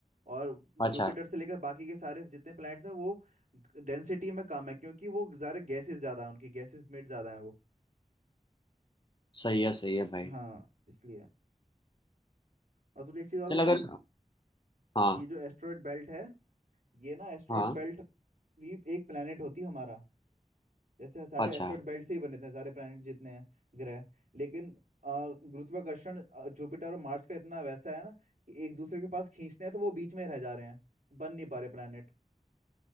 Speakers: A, on the right; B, on the left.
A: और
B: अच्छा
A: जुपिटर से लेकर बाकी के सारे जितने प्लैनेट्स हैं वो डेंसिटी में कम है क्योंकि वो सारे गैसेस ज़्यादा हैं उनकी गैसेस में ज़्यादा हैं वो
B: सही है सही है भाई
A: हाँ इसलिए और तुझे एक चीज़ और
B: चल
A: बताऊँ
B: अगर हाँ
A: ये जो एस्ट्रॉयड बेल्ट है ये ना एस्ट्रॉयड
B: हाँ
A: बेल्ट भी एक प्लैनेट होती है हमारा जैसे सारे
B: अच्छा
A: एस्ट्रॉइड बेल्ट से ही बने थे सारे प्लैनेट जितने हैं ग्रह लेकिन अ, गुरुत्वाकर्षण अ, जुपिटर और मार्स का इतना वैसा है ना कि एक दूसरे के पास खींचते हैं तो वो बीच में रह जा रहे हैं बन नहीं पा रहे प्लैनेट